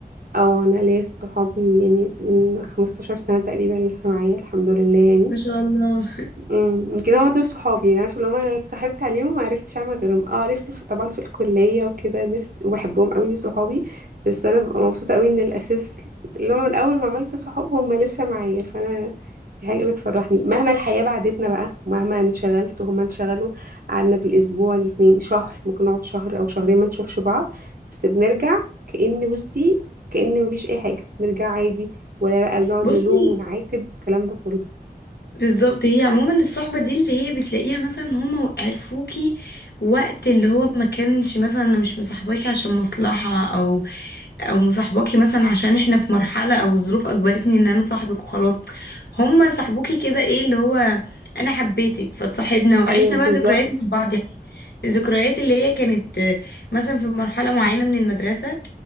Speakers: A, on the right (about 60°); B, on the left (about 80°).
A: او انا ليا صحابي يعني من 15 سنه تقريبا لسه معايا الحمد لله يعني
B: ما شاء الله
A: امم يمكن هما دول صحابي يعني عارفه لو انا اتصاحبت عليهم ما عرفتش اعمل غيرهم اه عرفت في طبعا في الكليه وكده ناس وبحبهم قوي صحابي بس انا ببقى مبسوطه قوي ان الاساس اللي هو من اول ما عملت صحاب هم لسه معايا فانا دي حاجه بتفرحني مهما الحياه بعدتنا بقى ومهما انشغلت وهما انشغلوا قعدنا بالاسبوع الاتنين شهر ممكن نقعد شهر او شهرين ما نشوفش بعض بس بنرجع كأن بصي كأن مفيش اي حاجه بنرجع عادي ولا بقى بنقعد
B: بصي
A: نلوم ونعاتب والكلام ده كله
B: بالظبط هي عموما الصحبة دي اللي هي بتلاقيها مثلا هما عرفوكي وقت اللي هو ما كانش مثلا انا مش مصاحباكي عشان مصلحة او او مصاحباكي مثلا عشان احنا في مرحلة او الظروف اجبرتني ان انا صاحبك وخلاص هما صاحبوكي كده ايه اللي هو انا حبيتك فتصاحبنا وعشنا
A: ايوه بالظبط
B: بقى ذكريات مع بعض يعني الذكريات اللي هي كانت آه، مثلا في مرحلة معينة من المدرسة